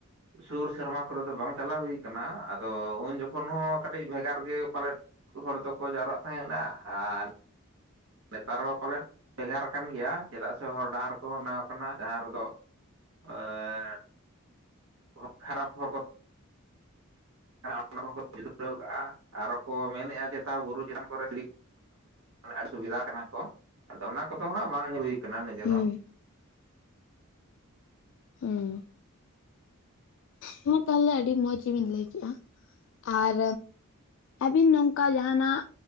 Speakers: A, on the right; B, on the left.
A: ᱥᱩᱨ ᱥᱮᱨᱢᱟ ᱠᱚᱨᱮ ᱫᱚ ᱵᱟᱝ ᱪᱟᱞᱟᱣ ᱦᱩᱭ ᱠᱟᱱᱟ ᱟᱫᱚ ᱩᱱ ᱡᱚᱠᱷᱚᱱ ᱦᱚᱸ ᱠᱟᱹᱴᱤᱡ ᱵᱷᱮᱜᱟᱨ ᱜᱮ ᱯᱟᱞᱮᱫ ᱦᱚᱲ ᱫᱚᱠᱚ ᱡᱟᱣᱨᱟᱜ ᱛᱟᱦᱮᱱᱟ ᱟᱨ ᱱᱮᱛᱟᱨ ᱦᱚᱸ ᱯᱟᱞᱮᱱ ᱵᱷᱮᱜᱟᱨ ᱠᱟᱱ ᱜᱮᱭᱟ ᱪᱮᱫᱟᱜ ᱥᱮ ᱦᱚᱨ ᱰᱟᱦᱟᱨ ᱠᱚᱦᱚᱸ ᱵᱮᱱᱟᱶ ᱠᱟᱱᱟ ᱡᱟᱦᱟᱸ ᱨᱮᱫᱚ <unintelligible> <unintelligible> ᱚᱱᱟ ᱠᱚᱠᱚ <unintelligible> ᱦᱟᱜ ᱟᱨᱚ ᱠᱚ ᱢᱮᱱᱮᱫᱼᱟ ᱪᱮᱛᱟ ᱵᱩᱨᱩ ᱪᱮᱛᱟᱱ ᱠᱚᱨᱮ <unintelligible> <unintelligible> ᱥᱩᱵᱤᱫᱷᱟ ᱠᱟᱱᱟ ᱠᱚ ᱟᱫᱚ ᱚᱱᱟ ᱠᱚᱫᱚ ᱦᱟᱸᱜ ᱵᱟᱝᱧᱮᱞ ᱦᱩᱭ ᱠᱟᱱᱟ ᱱᱤᱡᱮ
B: ᱦᱩᱸ
A: ᱫᱚ
B: ᱦᱩᱸ ᱦᱮᱸ ᱛᱟᱦᱞᱮ ᱟᱹᱰᱤ ᱢᱚᱸᱡᱽ ᱜᱮᱵᱤᱱ ᱞᱟᱹᱭ ᱠᱮᱫᱼᱟ ᱟᱨ ᱟᱹᱵᱤᱱ ᱱᱚᱝᱠᱟ ᱡᱟᱦᱟᱱᱟᱜ